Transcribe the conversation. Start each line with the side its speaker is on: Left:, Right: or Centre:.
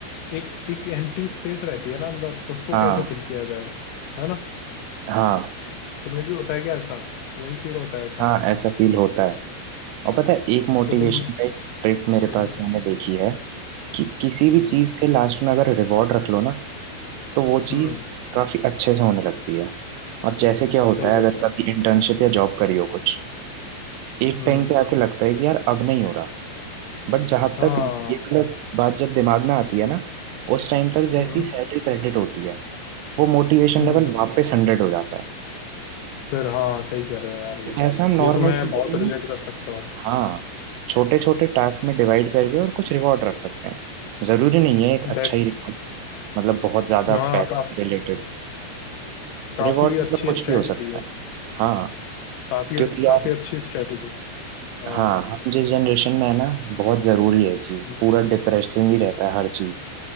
Left: एक एक एम्प्टी स्पेस रहती है ना अंदर उसको
Right: हाँ
Left: कैसे फिल किया जाए है ना
Right: हाँ
Left: तुम्हें भी होता है क्या ऐसा तुम्हें भी फील होता है ऐसा
Right: हाँ ऐसा फील होता है और पता है एक मोटिवेशन
Left: तो तुम
Right: का एक ट्रिक मेरे
Left: हम्म
Right: पास मैंने देखी है कि किसी भी
Left: हम्म
Right: चीज के लास्ट में अगर रिवॉर्ड रख लो ना तो वो
Left: हम्म
Right: चीज काफी अच्छे से होने लगती है और जैसे क्या होता
Left: सही कह
Right: है अगर
Left: रहे हो
Right: कभी इंटर्नशिप या जॉब करी हो कुछ एक
Left: हम्म
Right: टाइम पे आके लगता है कि यार अब नहीं हो रहा बट जहां
Left: हाँ
Right: तक ये गलत बात जब दिमाग में आती है ना उस टाइम तक जैसी
Left: हम्म
Right: सैलरी क्रेडिट होती है वो मोटिवेशन
Left: हम्म
Right: लेवल वापस हंड्रेड हो जाता है
Left: फिर हाँ सही कह रहे हो यार ये तो
Right: ऐसा हम नॉर्मल
Left: ये तो मैं
Right: चीजों
Left: बहुत
Right: में ना
Left: रिलेट कर सकता हूँ
Right: हाँ छोटे छोटे टास्क में डिवाइड करके और कुछ रिवॉर्ड रख सकते हैं जरूरी नहीं है एक अच्छा
Left: दैट
Right: ही रिवॉर्ड मतलब बहुत ज्यादा
Left: हाँ
Right: पैसे
Left: का,
Right: से रिलेटेड
Left: काफी
Right: रिवॉर्ड मतलब
Left: अच्छी
Right: कुछ
Left: स्ट्रेटजी
Right: भी हो सकता
Left: है
Right: है हाँ
Left: काफी
Right: क्योंकि
Left: काफी
Right: यार
Left: अच्छी स्ट्रेटजी हाँ
Right: हाँ हम जिस जनरेशन में है ना बहुत जरूरी है ये चीज
Left: हम्म,
Right: पूरा डिप्रेसिंग ही रहता है हर चीज